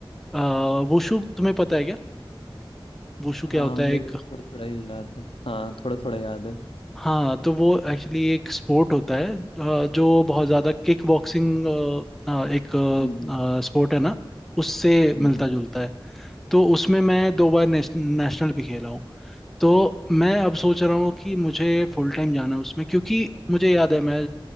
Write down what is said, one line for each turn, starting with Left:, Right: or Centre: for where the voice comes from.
Centre: अ, वुशु तुम्हें पता है क्या वुशु क्या
Left: हाँ
Centre: होता
Left: मेरे
Centre: है एक
Left: को थोड़ा थोड़ा ही याद है हाँ थोड़ा थोड़ा याद है
Centre: हाँ तो वो एक्चुअली एक स्पोर्ट होता है अ, जो बहुत ज़्यादा किक बॉक्सिंग एक
Left: हम्म
Centre: स्पोर्ट है ना उससे मिलता
Left: हम्म हम्म,
Centre: जुलता है तो उसमें मैं दो बार नेश, नेशनल भी खेला हूँ तो मैं अब सोच रहा हूँ कि मुझे फुल टाइम जाना है उसमें क्योंकि मुझे याद है मैं